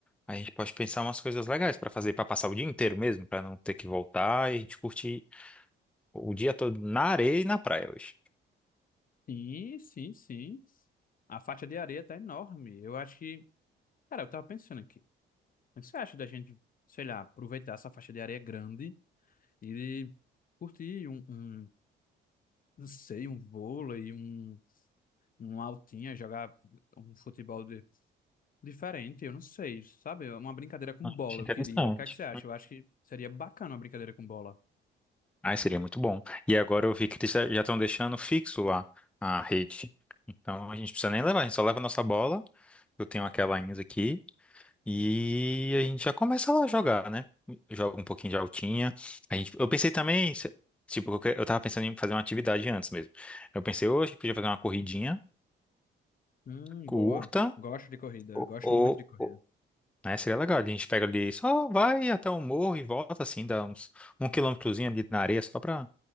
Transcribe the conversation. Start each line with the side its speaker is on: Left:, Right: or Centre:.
Centre: A gente pode pensar umas coisas legais pra fazer, pra passar o dia inteiro mesmo, pra não ter que voltar e a gente curtir o dia todo na areia e na praia hoje.
Left: Sim, sim, sim. A faixa de areia tá enorme. Eu acho que. Cara, eu tava pensando aqui. O que você acha da gente, sei lá, aproveitar essa faixa de areia grande e curtir um, um, não sei, um vôlei, um, um altinha, jogar um futebol de- diferente? Eu não sei, sabe? É Uma brincadeira com
Centre: Acho
Left: bola
Centre: interessante.
Left: eu queria. O que é que você acha? Eu acho que seria bacana uma brincadeira com bola.
Centre: Ai, seria muito bom. E agora eu vi que eles já estão deixando fixo lá a rede. Então a gente não precisa nem levar, a gente só leva a nossa bola. Eu tenho aquela ainda aqui. E a gente já começa lá a jogar, né? Joga um pouquinho de altinha. A gente, eu pensei também, se- tipo, eu que- eu tava pensando em fazer uma atividade antes mesmo. Eu pensei, hoje a gente podia fazer uma corridinha
Left: Hum,
Centre: curta,
Left: boa. Gosto de corrida.
Centre: ou,
Left: Gosto
Centre: ou,
Left: muito de corrida.
Centre: ou- né? Seria legal. A gente pega ali, só vai até o morro e volta assim, dá uns um quilômetrozinho ali na areia, só pra